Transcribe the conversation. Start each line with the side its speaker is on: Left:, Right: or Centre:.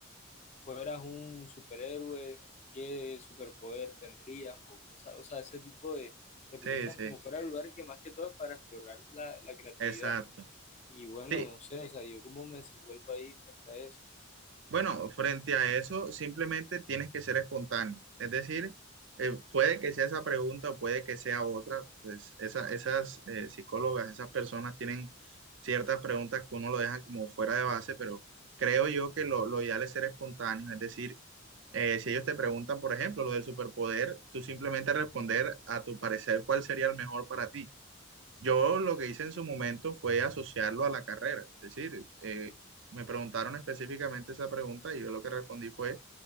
Left: fueras un superhéroe, ¿qué superpoder tendrías? O cosas, o sea, ese tipo de, de preguntas
Right: Sí, sí,
Left: como fuera el lugar que más que todo es para explorar la, la creatividad.
Right: exacto.
Left: Y bueno,
Right: Sí,
Left: no sé, o sea, yo cómo me desenvuelvo ahí frente a eso.
Right: Bueno, frente a eso, simplemente tienes que ser espontáneo. Es decir, eh, puede que sea esa pregunta o puede que sea otra, pues esa- esas eh, psicólogas, esas personas tienen ciertas preguntas que uno lo dejan como fuera de base, pero creo yo que lo, lo ideal es ser espontáneo. Es decir, eh, si ellos te preguntan, por ejemplo, lo del superpoder, tú simplemente responder a tu parecer cuál sería el mejor para ti. Yo lo que hice en su momento fue asociarlo a la carrera. Es decir, eh, me preguntaron específicamente esa pregunta y yo lo que respondí fue,